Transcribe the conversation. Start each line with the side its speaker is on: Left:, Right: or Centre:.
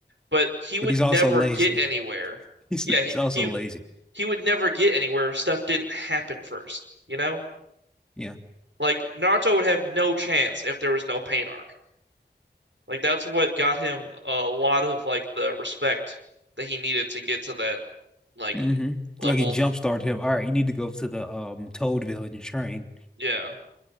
Right: but he would
Centre: But he's
Right: never
Centre: also lazy.
Right: get anywhere.
Centre: <laughs> He's
Right: Yeah,
Centre: he's
Right: he,
Centre: also
Right: he
Centre: lazy.
Right: he would never get anywhere if stuff didn't happen first, you know?
Centre: Yeah.
Right: Like Naruto would have no chance if there was no pain arc. Like that's what got him a lot of like the respect that he needed to get to that like
Centre: hmm
Right: level.
Centre: Like it jumpstarted him. All right, you need to go to the um Toad Village and train
Right: Yeah.